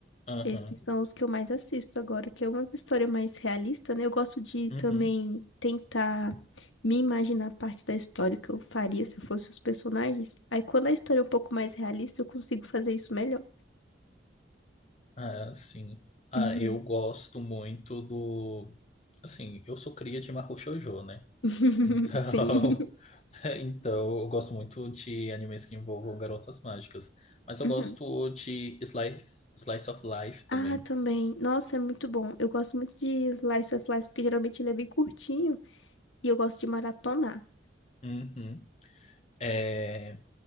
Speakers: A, on the left (about 35°); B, on the left (about 85°).
A: Aham.
B: Esses são os que eu mais assisto agora, que é uma história mais realista, né? Eu gosto de
A: Uhum.
B: também tentar me imaginar parte da história que eu faria se eu fosse os personagens. Aí quando a história é um pouco mais realista, eu consigo fazer isso melhor.
A: Ah, sim. Ah,
B: Uhum.
A: eu gosto muito do. Assim, eu sou cria de Mahou Shoujo, né?
B: <laughs>
A: Então,
B: Sim.
A: <laughs> então eu gosto muito de animes que envolvam garotas mágicas. Mas eu
B: Uhum.
A: gosto de Slice, Slice of Life também.
B: Ah, também. Nossa, é muito bom. Eu gosto muito de Slice of Life, porque geralmente ele é bem curtinho e eu gosto de maratonar.
A: Uhum. É,